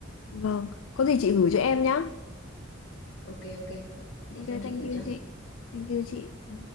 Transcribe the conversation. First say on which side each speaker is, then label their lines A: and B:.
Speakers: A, on the left; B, on the left.
A: vâng có gì chị gửi cho em nhá
B: Ok ok. Để
A: ok
B: xong
A: thank
B: chị gửi
A: you
B: cho.
A: chị thank you chị
B: Ừ.